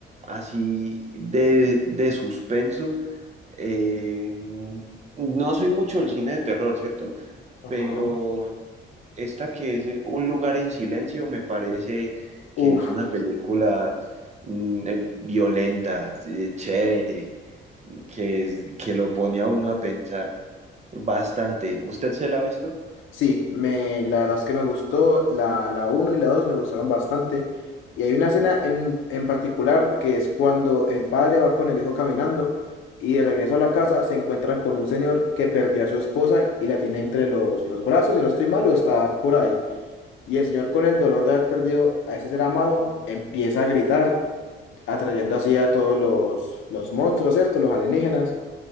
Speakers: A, on the right; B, on the left.
A: así de, de suspenso, eh, no soy mucho del cine de terror, ¿cierto?
B: Ajá.
A: pero esta que es Un lugar en silencio me parece
B: Uf.
A: que es una película mm, eh, violenta, eh, chévere, que, es- que lo pone a uno a pensar bastante. ¿Usted se la ha visto?
B: Sí, me, la verdad es que me gustó, la, la uno y la 2 me gustaron bastante. Y hay una escena en, en particular que es cuando el padre va con el hijo caminando y de regreso a la casa se encuentran con un señor que perdió a su esposa y la tiene entre los, los brazos, si no estoy mal, o está por ahí. Y el señor con el dolor de haber perdido a ese ser amado empieza a gritar, atrayendo así a todos los, los monstruos, ¿cierto? Los alienígenas